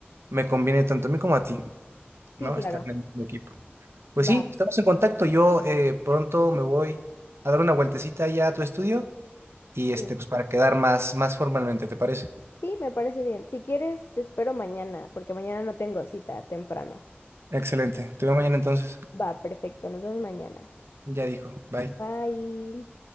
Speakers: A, on the right (about 85°); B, on the left (about 65°).
A: me conviene tanto a mí como a ti, ¿no?
B: Sí, claro.
A: Estar en el mismo equipo. Pues sí,
B: Va,
A: estamos en contacto. Yo eh, pronto me voy a dar una vueltecita ya a tu estudio y
B: sí.
A: este, pues para quedar más, más formalmente, ¿te parece?
B: Sí, me parece bien. Si quieres, te espero mañana, porque mañana no tengo cita temprano.
A: Excelente. Te veo mañana entonces.
B: Va, perfecto, nos vemos mañana.
A: Ya dijo. Bye.
B: Bye.